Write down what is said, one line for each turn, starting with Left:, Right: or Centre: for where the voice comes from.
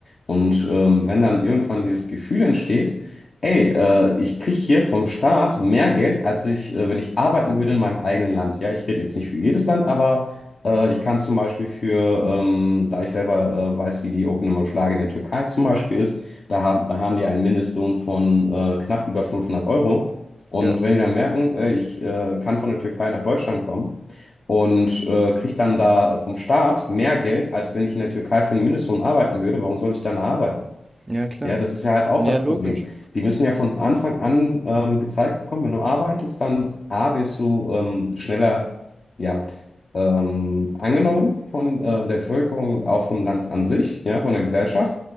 Left: Und ähm, wenn dann irgendwann dieses Gefühl entsteht, ey, äh, ich kriege hier vom Staat mehr Geld, als ich, äh, wenn ich arbeiten würde in meinem eigenen Land. Ja, ich rede jetzt nicht für jedes Land, aber äh, ich kann zum Beispiel für, ähm, da ich selber äh, weiß, wie die Okunuma Schlage in der Türkei zum Beispiel ist, da haben, da haben die einen Mindestlohn von äh, knapp über 500 Euro. Und
Right: Ja.
Left: wenn die dann merken, äh, ich äh, kann von der Türkei nach Deutschland kommen und äh, kriege dann da vom Staat mehr Geld, als wenn ich in der Türkei für einen Mindestlohn arbeiten würde, warum soll ich dann da arbeiten?
Right: Ja, klar.
Left: Ja, das ist ja halt auch
Right: Ja,
Left: das
Right: logisch.
Left: Problem. Die müssen ja von Anfang an ähm, gezeigt bekommen, wenn du arbeitest, dann A, wirst du ähm, schneller ja, ähm, angenommen von äh, der Bevölkerung und auch vom Land an sich, ja, von der Gesellschaft.